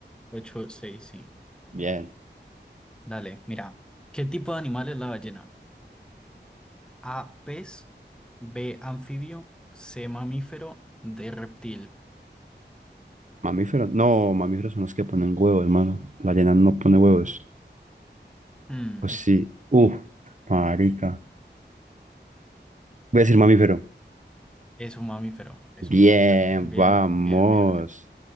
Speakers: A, in the centre; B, on the right.
A: 8, 6, sí.
B: Bien.
A: Dale, mira. ¿Qué tipo de animal es la ballena? A, pez, B, anfibio, C, mamífero, D, reptil.
B: Mamíferos. No, mamíferos son los que ponen huevos, hermano. La arena no pone huevos.
A: Mm,
B: O sí. Uh, marica. Voy a decir mamífero.
A: es un mamífero, es
B: Bien,
A: un mamífero. Bien,
B: vamos.
A: bien, bien, bien.